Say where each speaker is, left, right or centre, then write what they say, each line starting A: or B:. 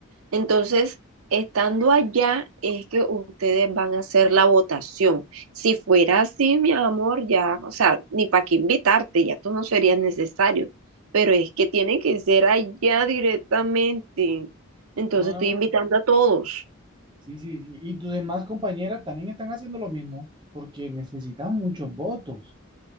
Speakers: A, on the right; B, on the right.
A: Entonces, estando allá es que ustedes van a hacer la votación. Si fuera así, mi amor, ya, o sea, ni para qué invitarte, ya tú no serías necesario. Pero es que tiene que ser allá directamente. Entonces
B: Ah,
A: estoy invitando a todos.
B: sí, sí, sí. Y tus demás compañeras también están haciendo lo mismo, porque necesitan muchos votos